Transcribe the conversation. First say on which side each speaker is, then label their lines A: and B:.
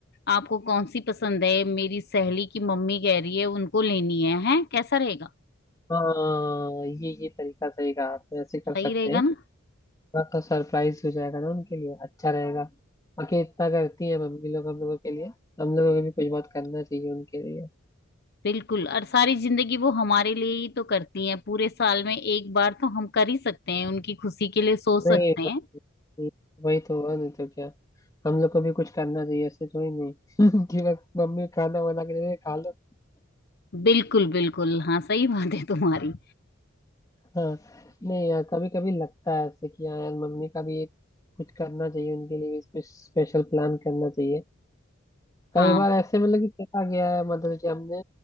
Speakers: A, on the left; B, on the left.
A: आपको कौन सी पसंद है मेरी सहेली की मम्मी कह रही है उनको लेनी है हैं कैसा रहेगा
B: हाँ ये ये तरीका सही कहा आपने ऐसे कर
A: सही
B: सकते
A: रहेगा
B: हैं
A: ना
B: थोड़ा सा सरप्राइज हो जाएगा ना उनके लिए अच्छा रहेगा बाकी इतना करती है मम्मी लोग हम लोगों के लिए हम लोगों को भी कुछ बहुत करना चाहिए उनके लिए
A: बिल्कुल और सारी जिंदगी वो हमारे लिए ही तो करती हैं पूरे साल में एक बार तो हम कर ही सकते हैं उनकी खुशी के लिए सो सकते
B: नहीं
A: हैं
B: वही वही तो हुआ नहीं तो क्या हम लोग को भी कुछ करना चाहिए ऐसे थोड़ी नहीं <laughs> कि बस मम्मी खाना बना के दे दे, खा लो
A: बिल्कुल बिल्कुल हाँ सही <laughs> बात है तुम्हारी
B: हाँ नहीं यार कभी कभी लगता है ऐसे कि हाँ यार मम्मी का भी एक कुछ करना चाहिए उनके लिए भी कुछ स्पेशल प्लान करना चाहिए कई
A: हाँ
B: बार ऐसे मतलब कि चला गया है मदर्स डे हमने